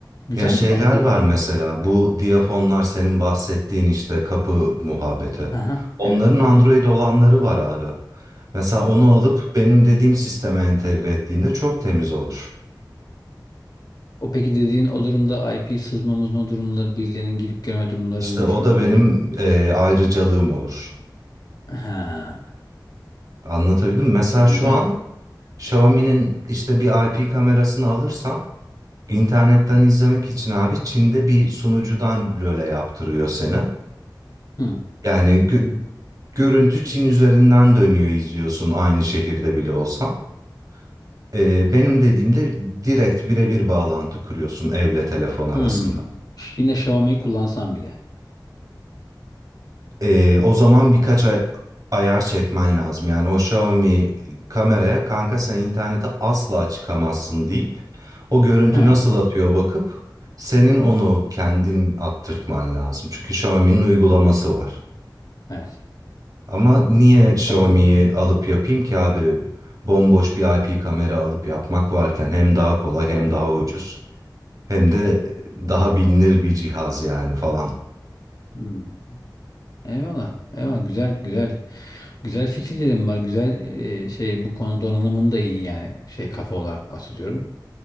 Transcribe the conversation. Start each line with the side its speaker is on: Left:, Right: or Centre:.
Left: güzel
Right: Ya şeyler
Left: mi bak bu?
Right: var mesela bu diyafonlar senin bahsettiğin işte kapı muhabbeti.
Left: Aha,
Right: Onların
Left: evet, evet.
Right: Android olanları var abi. Mesela onu alıp benim dediğim sisteme entegre ettiğinde çok temiz olur.
Left: O peki dediğin o durumda IP sızma mızma durumları birilerinin girip girme durumları
Right: İşte
Left: mümkün
Right: o
Left: mü
Right: da
Left: o
Right: benim
Left: durum?
Right: eee, ayrıcalığım olur.
Left: Ha,
Right: Anlatabildim mi? Mesela
Left: e, güzel.
Right: şu an Xiaomi'nin işte bir IP kamerasını alırsan internetten izlemek için abi Çin'de bir sunucudan röle yaptırıyor seni.
Left: Hı,
Right: Yani gö- görüntü Çin üzerinden dönüyor izliyorsun aynı şehirde bile olsan. Ee, benim dediğimde direkt birebir bağlantı kuruyorsun evle telefon arasında.
Left: hı. Yine Xiaomi'yi kullansan bile.
Right: Ee, o zaman birkaç ay- ayar çekmen lazım. Yani o Xiaomi kameraya kanka sen internete asla çıkamazsın deyip o görüntü
Left: Hı,
Right: nasıl atıyor bakıp senin onu kendin attırtman lazım. Çünkü Xiaomi'nin uygulaması var.
Left: evet.
Right: Ama niye Xiaomi'yi
Left: Anladım.
Right: alıp yapayım ki abi? Bomboş bir IP kamera alıp yapmak varken hem daha kolay hem
Left: Doğru.
Right: daha ucuz hem de daha bilinir bir cihaz yani falan.
Left: Hı. Eyvallah. Eyvallah. Güzel, güzel. Güzel fikirlerim var. Güzel e, şey bu konu donanımın da iyi yani şey kafa olarak bahsediyorum.